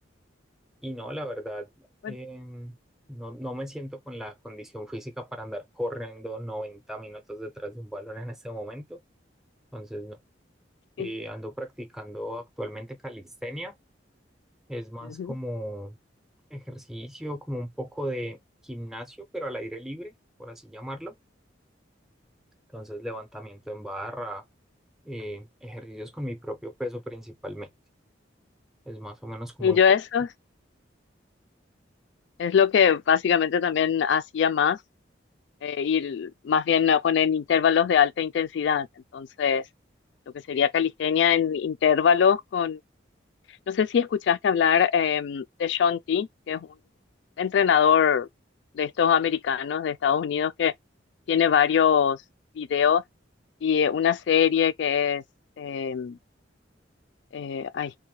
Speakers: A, in the centre; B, on the left.
A: Y no, la verdad,
B: Bueno,
A: eh, no, no me siento con la condición física para andar corriendo 90 minutos detrás de un balón en este momento. Entonces, no. Eh,
B: sí.
A: ando practicando actualmente calistenia. Es más
B: Ujú.
A: como ejercicio, como un poco de gimnasio, pero al aire libre, por así llamarlo. Entonces, levantamiento en barra, eh, ejercicios con mi propio peso principalmente. Es más o menos como
B: Y
A: un
B: yo
A: poco.
B: eso es lo que básicamente también hacía más. eh, y el- más bien eh, poner intervalos de alta intensidad. Entonces, lo que sería calistenia en intervalos con, no sé si escuchaste hablar em, de Shonti, que es un entrenador de estos americanos de Estados Unidos que tiene varios videos y eh, una serie que es, em, eh, ay,